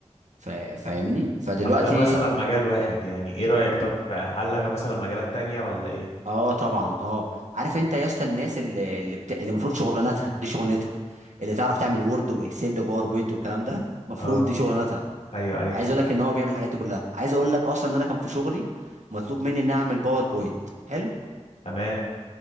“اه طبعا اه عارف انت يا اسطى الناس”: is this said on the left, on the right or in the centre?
Right